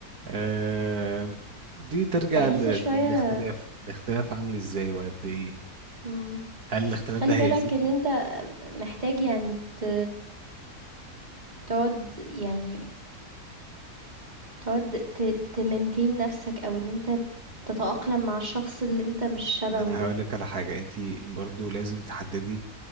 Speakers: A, on the right; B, on the right.
A: آه، دي ترجع
B: بحس
A: لل-
B: شوية
A: للاختلاف الاختلاف عامل ازاي وقد ايه
B: مم.
A: هل الاختلاف
B: بس خلي
A: ده هيأذيكي
B: بالك ان انت محتاج يعني ت... تقعد يعني تقعد ت... تمنتين نفسك او ان انت تتأقلم مع الشخص اللي انت مش شبهه
A: ما انا
B: ده
A: هقول لك على حاجة انت برضو لازم تحددي